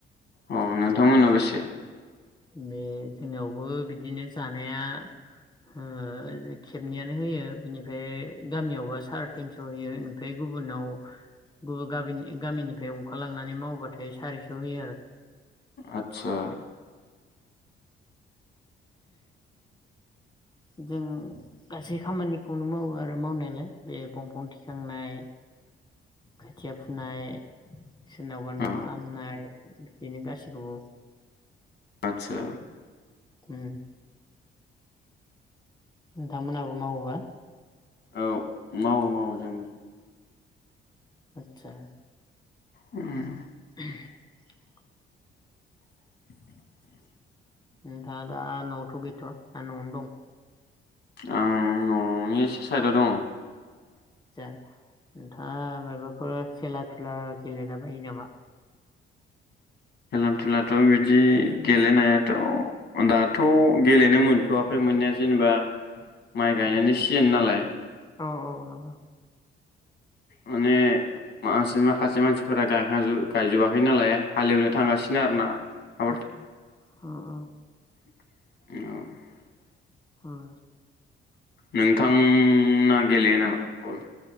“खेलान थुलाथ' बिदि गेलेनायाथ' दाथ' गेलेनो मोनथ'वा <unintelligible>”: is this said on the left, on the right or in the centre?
Left